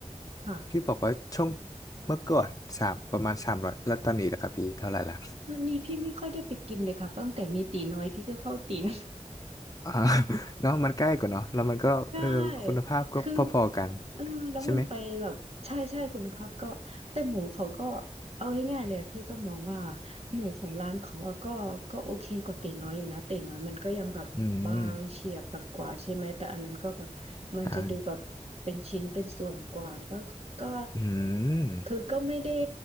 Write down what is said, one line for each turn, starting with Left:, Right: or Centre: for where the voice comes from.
Right: ค่ะ
Left: พี่บอกว่าช่วงเมื่อก่อนสามประมาณสามร้อยแล้วตอนนี้ล่ะครับพี่เท่าไหร่ละ
Right: วันนี้พี่ไม่ค่อยได้ไปกินเลยค่ะตั้งแต่มีตีน้อยพี่ก็เข้าตีน
Left: <laughs> อ่า <laughs> เนาะมันใกล้กว่าเนาะแล้วมันก็เออคุณภาพก็พอๆกัน
Right: ใช่คือเออแล้วมันไปแบบใช่ใช่คุณภาพก็แต่หมูเขาก็
Left: ใช่ไหม
Right: เอาง่ายๆเลยอะพี่ก็มองว่าหมูของร้านเขาอะก็ก็โอเคกว่าตีน้อยอยู่นะตีน้อยมันก็ยังแบบบางเฉียบแบบกว่าใช่ไหมแต่อันนั้นก็แบบมันจะดูแบบเป็นชิ้นเป็นส่วนกว่าแล้วก็ก็
Left: อืมใช่อืม
Right: คือก็ไม่ได้